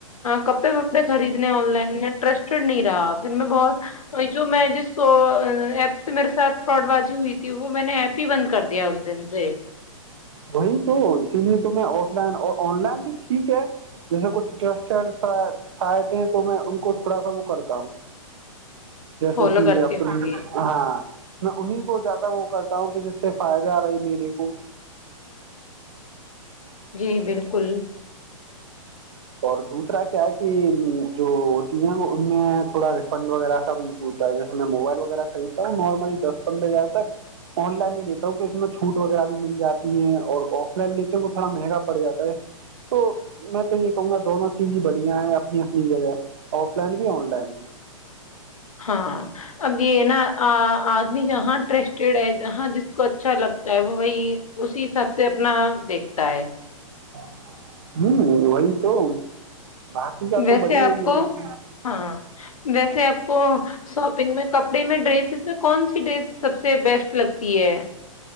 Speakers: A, on the left; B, on the right.
A: کپڑے وپڑے خریدنے آن لائن ٹرسٹڈ نہیں رہا پھر میں بہت جو میں جس ایپ سے میرے ساتھ فراڈ بازی ہوئی تھی وہ میں نے ایپ ہی بند کر دیا اس دن جی
B: وہی تو اسی لیے تو میں آف لائن اور آن لائن بھی ٹھیک ہے جیسے کچھ ٹرسٹیڈ سائٹ تو میں کو تھوڑا سا وہ کرتا ہوں جیسے
A: فالو
B: کہ
A: کرتی
B: اپنی
A: ہوں گی
B: ہاں میں انہیں کو زیادہ وہ کرتا ہوں کہ جس سے فائدہ آ رہا ہے میرے کو
A: جی بالکل
B: اور دوسرا کیا ہے کہ جو ہوتی ہے وہ ان میں تھوڑا ریفنڈ وغیرہ کا بھی ہوتا ہے جیسے میں موبائل وغیرہ خریدتا ہوں نارملی دس پندرہ ہزار تک آن لائن ہی لیتا ہوں کہ اس میں چھوٹ وغیرہ بھی مل جاتی ہے اور آف لائن لیتےئے تھوڑا مہنگا پڑ جاتا ہے تو میں تو یہ کہوں گا دونوں چیز بڑھیا ہے اپنی اپنی جگہ آف لائن بھی آن لائن بھی
A: ہاں اب یہ ہے نا آدمی جہاں انٹرسٹیڈ ہے جہاں جس کو اچھا لگتا ہے وہ وہی اسی حساب سے اپنا دیکھتا ہے
B: ہوں وہی تو باقی کا
A: ویسے
B: تو بڑیا
A: آپ
B: ہی
A: کو
B: ہے د
A: ہاں ویسے آپ کو شاپنگ میں کپڑے میں ڈریسز میں کون سی ڈریس سب سے بیسٹ لگتی ہے